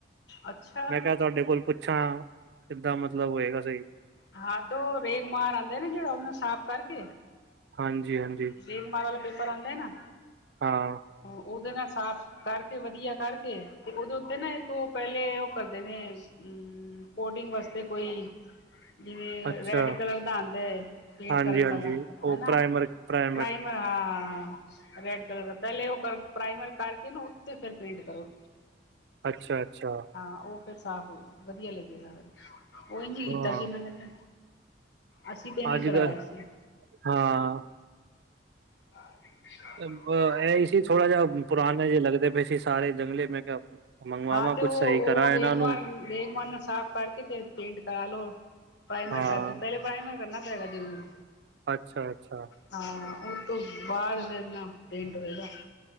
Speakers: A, on the left (about 70°); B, on the right (about 65°).
A: ਅੱਛਾ
B: ਮੈਂ ਕਹਿ ਤੁਹਾਡੇ ਕੋਲ ਪੁੱਛਾਂ ਕਿੱਦਾਂ ਮਤਲਬ ਹੋਏਗਾ ਸਹੀ।
A: ਹਾਂ ਤੇ ਉਹ ਰੇਗਮਾਰ ਆਉਂਦਾ ਨਾ ਜਿਹੜਾ ਉਹਨੂੰ ਸਾਫ਼ ਕਰਕੇ,
B: ਹਾਂਜੀ- ਹਾਂਜੀ
A: ਦੇਗਮਾਰ ਵਾਲਾ ਪੇਪਰ ਆਦਾ ਨਾ
B: ਹਾਂ
A: ਉਹਦੇ ਨਾਲ ਸਾਫ਼ ਕਰਕੇ ਵਧੀਆ ਕਰਕੇ, ਤੇ ਉਹਦੇ ਉੱਤੇ ਨਾ, ਇੱਕ ਉਹ ਪਹਿਲੇ ਉਹ ਕਰਦੇ ਨੇ, ਹੂੰ। ਕੋਡਿੰਗ ਵਾਸਤੇ ਕੋਈ, ਜਿਵੇਂ
B: ਅੱਛਾ
A: ਰੈਡ ਕਲਰ, ਦਾ ਆਂਦਾ। ਪੇਂਟ
B: ਹਾਂਜੀ-ਹਾਂਜੀ
A: ਕਰਨ ਵਾਲਾ, ਹਨਾ।
B: <unintelligible>
A: ਪ੍ਰਾਈਮਰ ਹਾਂ, ਹਾਂ, ਹਾਂ ਰੈਡ ਕਲਰ ਦਾ, ਪਹਿਲੇ ਉਹ ਪ੍ਰਾਈਮਰ ਕਰਕੇ। ਨਾ ਉੱਤੇ ਫੇਰ ਪੇਂਟ ਕਰੋ।
B: ਅੱਛਾ-ਅੱਛਾ,
A: ਹਾਂ, ਉਹ ਫੇਰ ਸਾਫ਼, ਵਧੀਆ ਲੱਗੇਗਾ ਫੇਰ। ਉਹ ਇਨ ਕੀਤਾ
B: ਹਾਂ
A: ਸੀ, ਇਹਨਾਂ ਨੇ ਫੇਰ, ਅਸੀਂ ਤੇ ਨੀ
B: ਅੱਜ
A: ਕਰਾਇਆ
B: ਕੱਲ
A: ਸੀ।
B: ਹਾਂ,
A: ਹ
B: ਇਹ ਸੀ ਥੋੜਾ ਜਾ, ਪੁਰਾਣੇ ਜੇ, ਲੱਗਦੇ ਪਏ ਸੀ। ਸਾਰੇ ਜੰਗਲੇ ਮੈਂ ਕਿਹਾ ਮੰਗਵਾਵਾਂ
A: ਹਾਂ ਤੇ
B: ਕੁਛ
A: ਉਹ।
B: ਸਹੀ ਕਰਾਂ
A: ਉਹ ਰੇਗਮਾਰ,
B: ਇਹਨਾਂ ਨੂੰ
A: ਰੇਗਮਾਰ ਨਾਲ ਸਾਫ਼ ਕਰਕੇ ਤੇ। ਪਿੰਟ ਕਰਾ ਲਓ। ਪ੍ਰਾਈਮਰ
B: ਹਾਂ
A: ਕਰਕੇ, ਪਹਿਲੇ ਪ੍ਰਾਈਮਰ ਕਰਨਾ ਪਏਗਾ ਜਰੂਰ।
B: ਅੱਛਾ-ਅੱਛਾ।
A: ਹਾਂ, ਉਹ ਤੋਂ ਬਾਅਦ, ਫੇਰ ਨਾ ਪਿੰਟ ਹੋਏਗਾ।